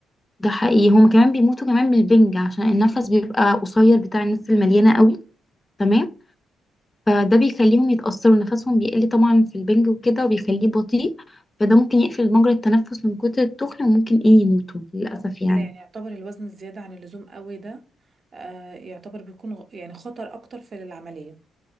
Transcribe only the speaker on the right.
كده يعني يعتبر الوزن الزيادة عن اللزوم قوي ده آه يعتبر بيكون غ- يعني خطر أكتر في العملية